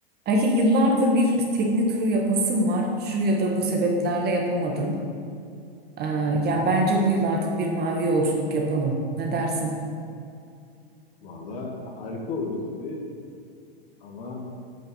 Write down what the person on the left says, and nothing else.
Valla harika olur tabii ama